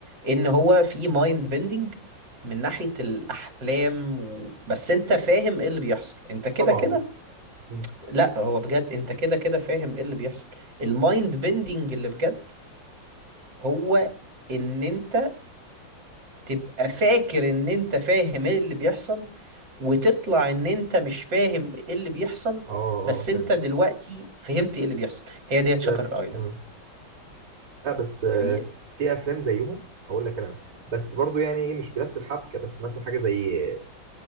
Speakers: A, on the right (about 65°); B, on the right (about 50°).
A: ان هو في مايند بيندنج من ناحية الاحلام و... بس انت فاهم ايه اللي بيحصل انت كده
B: طبعا
A: كده
B: أكيد
A: لا هو بجد انت كده كده فاهم ايه اللي بيحصل المايند بيندنج اللي بجد هو ان انت تبقى فاكر ان انت فاهم ايه اللي بيحصل وتطلع ان انت مش فاهم ايه اللي بيحصل
B: أه أه
A: بس انت
B: فاهم
A: دلوقتي فهمت ايه اللي بيحصل هي ديت شاتر
B: ده
A: ايلاند
B: مم. لا بس آه،
A: هي
B: في أفلام زيهم أقول لك أنا بس برضو يعني إيه مش بنفس الحبكة بس مثلا حاجة زي آه،